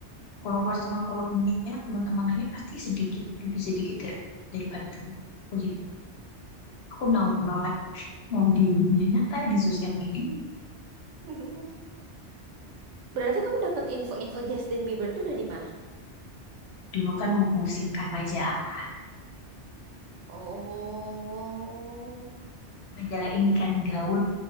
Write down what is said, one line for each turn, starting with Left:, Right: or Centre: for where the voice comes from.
Left: follower sama followingnya teman-temanannya pasti sedikit lebih sedikit dari, daripada teman aku jadi aku no no like mau di dunia nyata, di sosial media,
Right: <laughs> Berarti kamu dapat info-info Justin Bieber tuh dari mana?
Left: dulu kan memusingkan majalah.
Right: Oh,
Left: Majalah ini kan gaul,